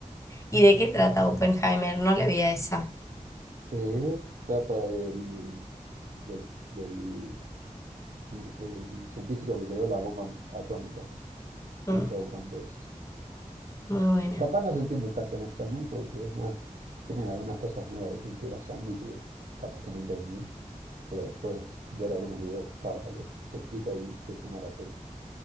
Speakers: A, on the left; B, on the right.
A: ¿Y de qué trata Oppenheimer? No le vi a esa.
B: Sí, trata del, del, del- y- el científico que creó la bomba atómica
A: Mm,
B: y todo el contexto.
A: muy buena.
B: Capaz no se entiende tanto en español porque es más, tienen algunas cosas media de cultura yanqui que capaz que no entendí, pero después ver algunos videos capaz que te explica y te suena la peli.